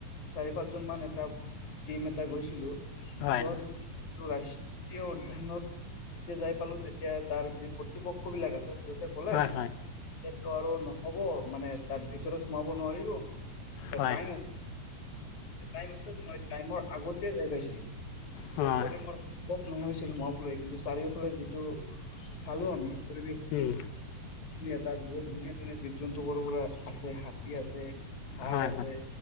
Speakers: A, on the left (about 55°); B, on the left (about 85°).
A: চাৰি পাঁচ জন মান এটা টিম এটা গৈছিলোঁ।
B: হয়,
A: যোৱাৰ পিছ ৰাষ্ট্ৰীয় উদ্যানত যেতিয়া যাই পালো তেতিয়া তাৰ যি পক্ষ বিলাক আছেত সিহতে ক'লে
B: হয়,
A: সটো
B: হয়,
A: আৰু নহ হ'ব মানে তাৰ ভিতৰত সোমাব নোৱাৰিব। ইতা
B: হয়,
A: টাইম আছে টাইম আছে মই টাইমৰ আগতে যাই পাইছিলো।
B: হয়,
A: সেইকাৰনে ম'ৰ <unintelligible> কিন্তু চাৰিওফালে যিটো পালোঁ আমি পৰিৱেশটো,
B: উম,
A: ধুনীয়া তাত বহুত ধুনীয়া এনে জীব-জন্তু <unintelligible> আছে হাতী আছে, বাঘ
B: হয়,
A: আছে।
B: হয়।